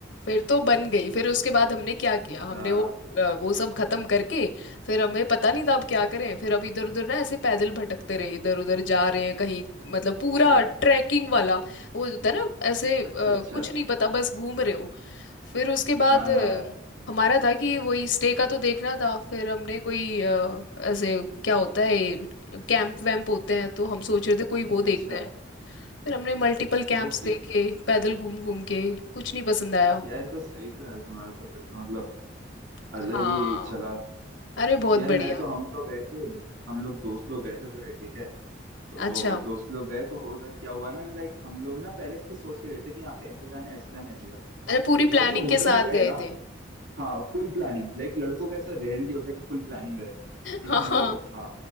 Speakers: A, on the left; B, on the right.
A: फिर तो बन गई फिर उसके बाद हमने क्या किया हमने
B: हाँ
A: वो अ, वो सब खत्म करके फिर हमें पता नहीं था अब क्या करें फिर अब इधर उधर ना ऐसे पैदल भटकते रहे इधर उधर जा रहे हैं कहीं मतलब पूरा
B: अच्छा
A: ट्रैकिंग वाला वो जो होता है ना ऐसे अ,
B: अच्छा अच्छा
A: कुछ नहीं पता बस घूम रहे हो फिर उसके बाद
B: हाँ
A: अ,
B: हाँ हाँ,
A: हमारा था कि वही स्टे का तो देखना था फिर हमने कोई अ, ऐसे क्या होता है कैंप वैम्प होते हैं तो हम सोच रहे थे कोई वो
B: अच्छा
A: देखते हैं फिर हमने मल्टीपल कैंप्स
B: ओके
A: देखे पैदल घूम घूम के कुछ नहीं पसंद आया
B: यार ये तो सही था यार तुम्हारा तो फिर तो मतलब अलग
A: हाँ
B: ही चला
A: अरे बहुत
B: यार मैं
A: बढ़िया
B: तो हम तो गए थे हम लोग दोस्त लोग गए थे पूरे ठीक है तो
A: अच्छा
B: दोस्त लोग गए तो उधर क्या हुआ ना लाइक हम लोग ना पहले से सोच के गए थे कि यहाँ पे ऐसे जाना है ऐसे जाना है ऐसे जाना है।
A: अरे पूरी प्लानिंग
B: तो हम जो होटल
A: के साथ
B: में गए
A: गए
B: ना
A: थे
B: हाँ फुल प्लानिंग लाइक लड़कों का ऐसा रेयरली होता है कि फुल प्लानिंग रहे लेकिन
A: हाँ
B: हम
A: हाँ
B: लोग का था